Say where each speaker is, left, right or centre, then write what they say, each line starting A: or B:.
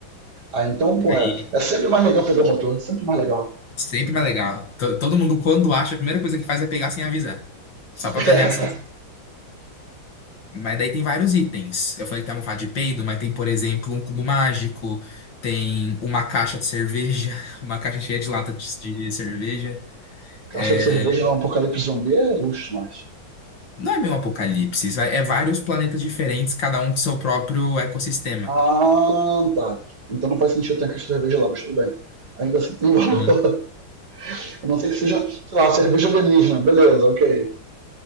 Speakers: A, on the right; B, on the left.
A: Ah, ah então, porra,
B: Aí
A: é sempre mais legal pegar o motor, é sempre mais legal.
B: sempre mais legal. To- Todo mundo, quando acha, a primeira coisa que faz é pegar sem avisar. Só
A: <laughs>
B: pra ver a reação Mas daí tem vários itens. Eu falei que tem uma almofada de peido, mas tem, por exemplo, um cubo mágico, tem uma caixa de cerveja, <laughs> uma caixa cheia de lata de de cerveja.
A: Caixa
B: É,
A: de cerveja lá, um apocalipse zumbi é luxo mais.
B: Não é bem um apocalipse, isso é é vários planetas diferentes, cada um com seu próprio ecossistema.
A: Ah, tá. Então não faz sentido ter a caixa de cerveja lá, mas tudo bem. Ainda assim tem valor.
B: Aham.
A: <laughs> A não ser que seja, sei lá, cerveja alienígena. Beleza, ok.